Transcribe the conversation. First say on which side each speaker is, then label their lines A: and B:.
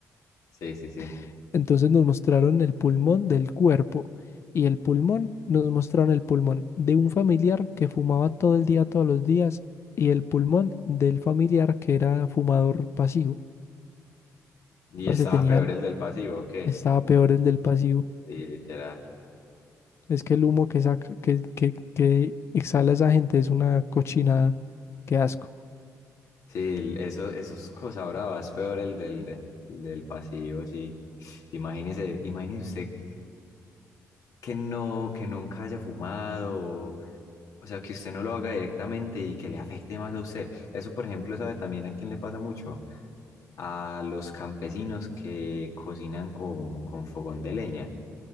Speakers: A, on the left (about 70°); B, on the left (about 50°).
A: Sí, sí, sí.
B: <laughs> Entonces nos mostraron el pulmón del cuerpo y el pulmón, nos mostraron el pulmón de un familiar que fumaba todo el día, todos los días, y el pulmón del familiar que era fumador pasivo.
A: Y
B: Parce,
A: estaba
B: tenían,
A: peor el del pasivo, que
B: estaba peor el del pasivo.
A: Sí, literal.
B: Es que el humo que saca, que, que, que exhala esa gente es una cochinada. Qué asco.
A: Sí, el- eso, eso es cosa brava, es peor el del, de- el del pasivo, sí. Imagínese, imagínese usted que no, que nunca haya fumado, o, o sea, que usted no lo haga directamente y que le afecte más a usted. Eso, por ejemplo, sabe también a quién le pasa mucho, a los campesinos que cocinan con, con fogón de leña.